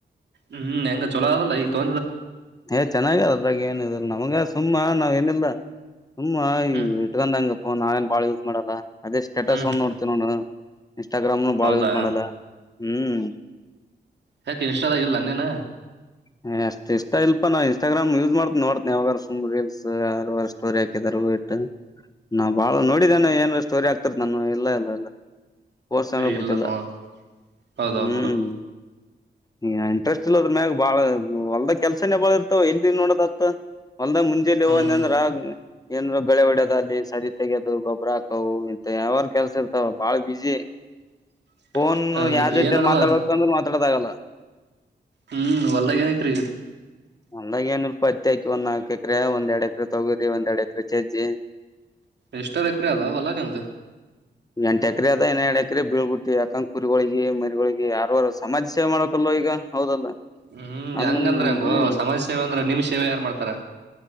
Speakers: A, on the right (about 70°); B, on the left (about 20°).
A: ಹ್ಮ್ ಹೆಂಗ ಚೊಲೋ ಅದಲ್ಲ ಈಗ ತೊ
B: ಏ ಚೆನ್ನಾಗ ಅದ್ರಾಗ ಏನ ಇದ್ರ ನಮಗ ಸುಮ್ಮಾ ನಾವ್ ಏನಿಲ್ಲ ಸುಮ್ಮಾ
A: ಹ್ಮ್
B: ಇಟ್ಕೊಂಡಂಗಪ್ಪ ನಾವೇನ್ ಬಾಳ ಯೂಸ್ ಮಾಡಲ್ಲ ಅದೇ ಸ್ಟೇಟಸ್
A: ಹ್ಮ್
B: ಒಂದ ನೋಡ್ತವ ನ ಇನ್ಸ್ಟಾಗ್ರಾಮ್ನು
A: ಹೌದಾ
B: ಬಾಳ್ ಯೂಸ್ ಮಾಡಲ್ಲ ಹ್ಮ್
A: ಯಾಕೆ ಇನ್ಷ್ಟಲ್ ಆಗಲ್ಲ ನೀನ
B: ಹ್ ಅಷ್ಟ ಇಷ್ಟ ಇಲ್ಪ ನಾ ಇನ್ಸ್ಟಾಗ್ರಾಮ್ ಯೂಸ್ ಮಾಡ್ತನ ನೋಡ್ತೇನೆ ಯಾವಾಗಾರ ಸು್ ರೀಲ್ಸ್ ಯ ಸ್ಟೋರಿ ಹಾಕಿದಾರೆ ನಾ ಬಾಳ ನೋಡಿದೇನೆ ಏನ್ ಸ್ಟೋರಿ ಆಗ್ತಾರ ನಾನು ಇಲ್ಲ ಇಲ್ಲ ಇಲ್ಲ ಹೋರ್ ಸಮಯ
A: ಇಲ್ಲ
B: ಬಿಟ್ಟಿಲ್ಲ
A: ನೋ ಹೌದೌದ್
B: ಹ್ಮ್
A: ಬಿಡು
B: ಹ ಇಂಟ್ರೆಸ್ಟ್ ಇಲ್ಲದ್ರ ಮ್ಯಾಗ ಬಾಳ ಹೊಲ್ದ ಕೆಲ್ಸನೇ ಬಾಳ ಇರ್ತಾವ ಎಲ್ಲಿ ನೋಡದತ್ ಹೊಲ್ದ ಮುಂಜೆಲಿಂದ
A: ಹ್ಮ್
B: ಅಂದ್ರ ಆ ಏನ್ ಗಳೆ ಹೊಡ್ಯದ ಅ ದೇ ಸದಿ ತೆಗೋದು ಗೊಬ್ಬ್ರ ಹಾಕವು ಇಂತ ಯಾವಾರ ಕೆಲಸ ಇರ್ತಾವ ಬಾಳ ಬಿಜಿ
A: <inaudible>
B: ಫೋನ್
A: ಹೌದು
B: ಯಾವ ಜೊತರು
A: ಏನ್ ನಡ್ದ
B: ಮಾತಾಡೋ ಅಂದ್ರರು ಮಾತಾಡದ ಆಾಗಲ್ಲ
A: ಹ್ಮ್ ಹೊದಾಗ ಏನ ಕ್ರೀ
B: ಅಂದಾಗ ಏನ್ೂಲ್ ಪತ್ತ ಆಾಕಿ ಒಂದ್ ನಾಕಕ್ ಎಕರೆೆ ಒಂದ್ ಎಡ್ ಎಕರೆ ತಗೋರಿಿ ಒಂದ್ ಎರಡ್ ಎಕರೆ ಚಜ್ಜಿ
A: ಎಷ್ಟರ್ ಎಕ್ರ ಅದ ಅವಲ್ಲ ನಿವು್ದ
B: ಎಂಟು ಎಕರೆ ಅದ ಇನ್ನ ಎರಡು ಎಕರೆ ಬೀಳ್ಬ ಬಿಟ್ಟಿ ಯಾಕಂದಂಗ ಕುರುಗಳಿಗೆ ಮರಿಗಳಿಗೆ ಯಾರಾರ ಸಮಾಜ ಸೇವೆ ಮಾಡಕಲ್ವ ಈಗ ಹೌದಲ್ಲ
A: ಹ್ಮ್
B: ನಮ್
A: ಹೆಂಗಂದ್ರ ಹಂಗೋ
B: ಹ್ಮ್
A: ಸಮಾಜ ಸೇವೆ ಅಂದ್ರ ನಿಮ್ ಸೇವೆ ಯಾರ್ು ಮಾಡ್ತಾರ